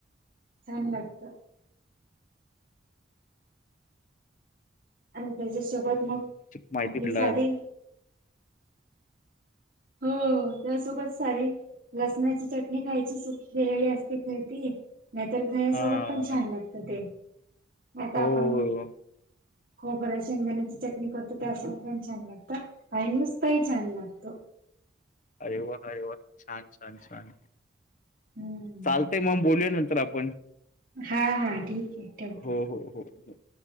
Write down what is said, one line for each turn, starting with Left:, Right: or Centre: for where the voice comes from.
Right: छान लागत. आणि त्याच्या सोबत मग,
Left: माहिती
Right: आपली
Left: पडला.
Right: साधी हो. त्यासोबत सारी लसणाची चटणी खायची सुकी केेलेली असत. खर ती, नाहीतर दह्यासोबत
Left: हा
Right: पण छान लागत ते. आता
Left: हो
Right: आपण खोबर, शेंगदाण्याची चटणी करतो त्यासोबत पण छान लागत. आणि नुसत ही छान लागतो.
Left: अरे वा. अरे वा. छान छान छान.
Right: हम्म
Left: चालते मग बोलूया नंतर आपण.
Right: हा हा ठीक आहे ठेवते
Left: हो हो हो हो.